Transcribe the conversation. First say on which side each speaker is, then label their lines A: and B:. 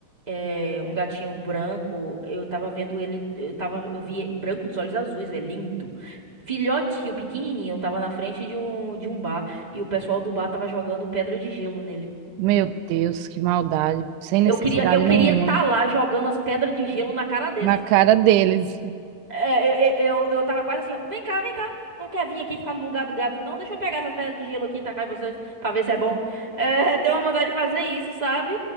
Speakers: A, on the right; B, on the right.
A: eh, um gatinho branco, eu tava vendo ele, eu tava, eu vi branco dos olhos azuis, velho, lindo. Filhotinho, pequenininho, eu tava na frente de um, de um bar e o pessoal do bar tava jogando pedra de gelo nele.
B: Meu Deus, que maldade. Sem
A: Eu
B: necessidade
A: queria, eu queria
B: nenhuma.
A: tá lá jogando as pedras de gelo na cara deles.
B: Na cara deles.
A: É, eu, eu, eu eu tava quase assim, ó, vem cá, vem cá. Não quer vir aqui ficar no lugar do gato, não? Deixa eu pegar essas pedras de gelo aqui e tacar em vocês pra ver se é bom. <laughs> É, deu uma vontade de fazer isso, sabe?